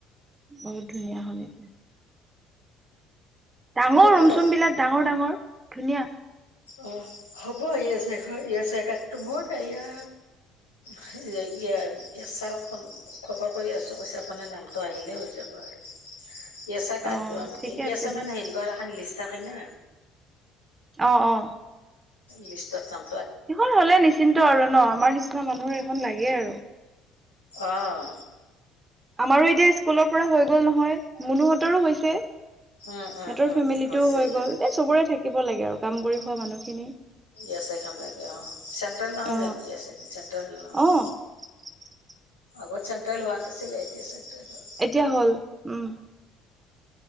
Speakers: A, on the right; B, on the left.
A: বহুত ধুনীয়া হ'ল এতিয়া। ডাঙৰ
B: হ'ব
A: ৰুম-চুমবিলাক
B: ৰ
A: ডাঙৰ-ডাঙৰ ধুনীয়া।
B: অ হ'ব ইয়ে শেখ ইয়া চেকাতটো মোৰ ইয়া হে ইয়া ছাৰক ফোন খবৰ কৰি আছো কৈছে আপোনাৰ নামটো আহিলে হৈ যাব আৰু।
A: <unintelligible>
B: ই এছ আই কাৰ্ড
A: অ
B: এম
A: ঠিকে
B: ই
A: আছে
B: এছ আই
A: দিয়ক
B: মান হেৰি কৰা এখন লিষ্ট থাকে না।
A: অ অ।
B: লিষ্টত নাম
A: সেইখন হ'লে নিশ্চিন্ত আৰু ন আমাৰ নিচিনা মানুহৰ সেইখন লাগে আৰু।
B: আহ।
A: আমাৰো এতিয়া স্কুলৰ পৰা হৈ গল নহয় মুনুহঁতৰো হৈছে।
B: উম
A: সিহঁতৰ
B: উম উম
A: ফেমিলিটো
B: হৈছে
A: হৈ
B: ইহঁতৰ
A: গ'ল এ চবৰে থাকিব লাগে আৰু কাম কৰি খোৱা মানুহখিনি।
B: গেছ এখন লাগে অ চেন্ট্ৰেল নহয়
A: অ
B: জানো গেছ এখন চেন্ট্ৰেল নহয়।
A: অ <inaudible>
B: আগত চেণ্ট্ৰেল হোৱা নছিলে এতিয়া চেণ্ট্ৰেল। হ'ল
A: এতিয়া হ'ল উম।